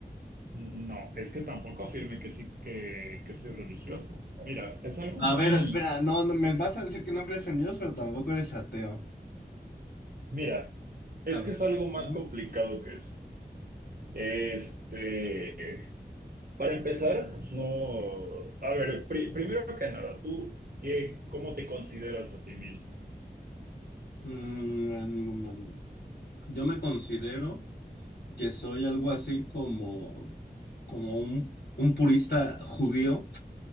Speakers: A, on the right; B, on the left.
A: No, es que tampoco afirme que sí que, que soy religioso. Mira, es algo muy...
B: A ver, espera, no, no, me vas a decir que no crees en Dios, pero tampoco eres ateo.
A: Mira, es
B: A
A: que es algo más
B: ver.
A: complicado que eso. Este, para empezar, pues no, a ver, pri- primero que nada, ¿tú qué, cómo te consideras a ti mismo?
B: Mm, yo me considero que soy algo así como, como un, un purista judío,